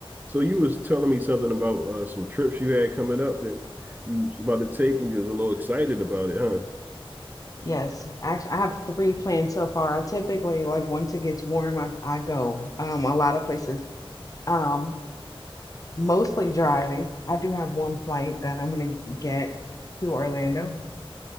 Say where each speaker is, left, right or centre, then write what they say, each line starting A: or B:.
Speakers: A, on the right; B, on the left.
A: So you was telling me something about uh, some trips you had coming up that you was about to take, and you was a little excited about it, huh?
B: Yes, actually, I have three planned so far. I typically like once it gets warm, I, I go um a lot of places. Um, mostly driving. I do have one flight that I'm gonna get to Orlando.